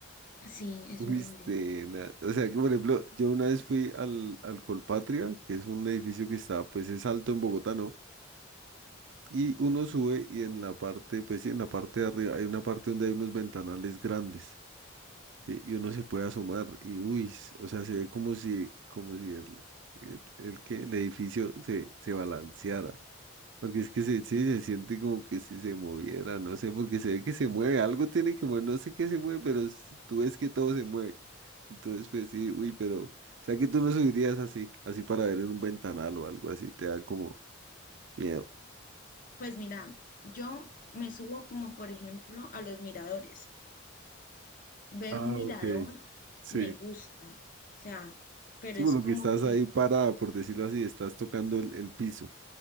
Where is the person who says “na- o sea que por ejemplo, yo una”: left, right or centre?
Right